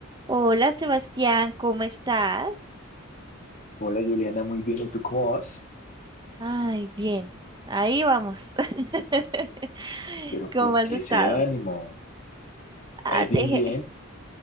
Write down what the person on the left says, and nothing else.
Hola Juliana, muy bien, ¿y tú cómo vas?
Pero
¿por
qué
ese ánimo?
Ahí bien,
bien.